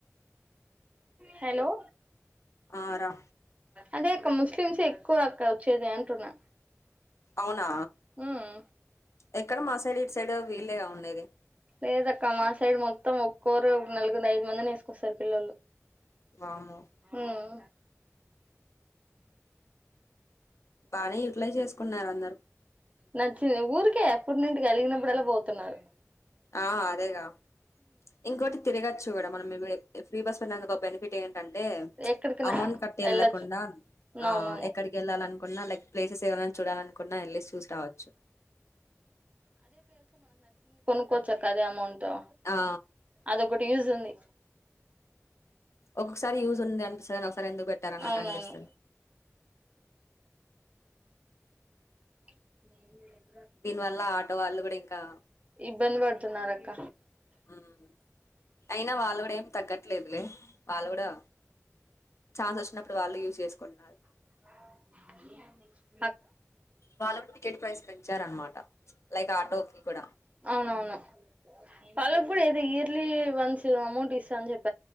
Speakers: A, on the right; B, on the left.
A: హలో
B: ఆ రా
A: అదే అక్క ముస్లిమ్స్ ఎక్కువ అక్కడ వచ్చేది అంటున్నా
B: అవునా
A: ఉమ్
B: ఎక్కడ మా సైడ్ ఇటు సైడ్ వీలేగా ఉండేది.
A: లేదక్క మా సైడ్ మొత్తం ఒక్కోరు ఒక నలుగు ఐదు మందిని వేసుకొస్తారు పిల్లలు
B: వామ్మో
A: ఉమ్
B: బాగానే యూటిలైజ్ చేసుకున్నారు అందరు
A: నచ్చింది ఊరికే ఎప్పుటి నుంటి కలిగినప్పుడలా పోతున్నారు
B: ఆ అదేగా ఇంకోటి తిరగచ్చు కూడా మనం ఫ్రీ బస్ ఇందు ఒక బెనిఫిట్ ఏ అంటే
A: ఎక్కడికైనా
B: అమౌంట్ కట్టి వెళ్కుండా
A: వెళ్ళొచ్చు
B: ఆ
A: అవునవును
B: ఎక్కడికి వెళ్ళాలనుకున్నా లై ప్లేసెస్ ఏవ చూడాలనుకున్నా వెళి చూసి రావచ్చు
A: ఒక చక్క అమౌంట్ ట్
B: ఆ
A: అది కూడా యూస్ ఉంది
B: ఒకసారి యూస్ ది అనిపిస్తుందిని ఒకసారి ఎందుకు పెట్టారు అన్నట్టు
A: అవునవును
B: అనిపిస్తుంది
A: హ
B: దీని వల్ల ఆటో వాళ్ళు కూడా ఇంకా
A: ఇబ్బంది పడుతున్నారుక్క
B: హ్మ్ అయినా వాళ్ళు కూడా ఏం తగ్గట్ లేదులే వాళ్లు కూడా చాన్స్ వచ్చినప్పుడు వాళ్లు యూస్ చేసుకుంటున్నారు
A: <inaudible>
B: వాళ్ళకి <unintelligible> ప్రైస్ కం ఇచ్చారనమాట లైక్ ఆటోకి కూడా
A: అవునవును వాళ్ళకి కూడా ఇది <unintelligible> వన్స్ అమౌంట్ ఇస్తా అని చెప్ప